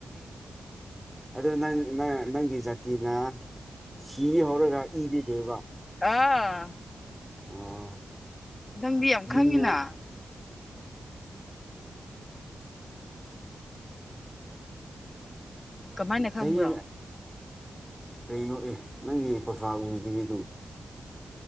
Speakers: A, in the centre; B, on the left (about 35°).
A: ꯑꯗꯣ ꯅꯪ ꯅꯪ ꯅꯪꯒꯤ ꯖꯥꯇꯤꯅ ꯁꯤꯍꯧꯔꯒ ꯏꯗꯤ ꯂꯣꯏꯕ
B: ꯑꯥ
A: ꯑꯣ
B: ꯅꯪꯗꯤ ꯌꯥꯝ
A: ꯃꯤꯅ
B: ꯈꯪꯉꯤꯅ ꯀꯃꯥꯏꯅ ꯈꯪꯕ꯭ꯔꯣ
A: ꯆꯍꯤ ꯀꯩꯅꯣ ꯑꯦ ꯅꯪꯒꯤ ꯄ꯭ꯔꯣꯐꯥꯜ ꯑꯣꯏꯗꯤ ꯑꯗꯨ